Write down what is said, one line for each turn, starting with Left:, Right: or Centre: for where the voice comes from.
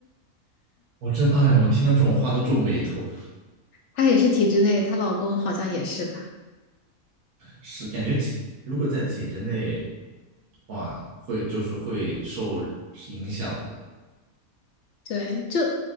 Right: 我真哎呀，我听到这种话都皱眉头。
Left: 她也是体制内，她老公好像也是吧。
Right: 是感觉体如果在体制内的话，会就是会受影响的。
Left: 对，就